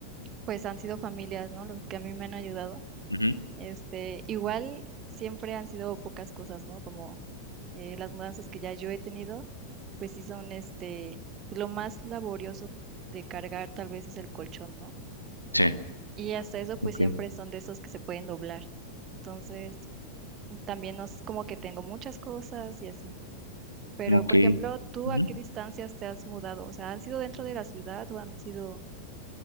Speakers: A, on the right; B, on the left.
A: pues han sido familias, ¿no? Los que a mí me han ayudado
B: Ujú.
A: Este, igual siempre han sido pocas cosas, ¿no? Como eh, las mudanzas que ya yo he tenido, pues sí son este, lo más laborioso de cargar tal vez es el colchón, ¿no?
B: Sí,
A: Y hasta eso, pues
B: Ok,
A: siempre son de esos que se pueden doblar. Entonces, también no es como que tengo muchas cosas y así. Pero,
B: ok.
A: por ejemplo, ¿tú
B: Ujú.
A: a qué distancias te has mudado? O sea, ¿han sido dentro de la ciudad o han sido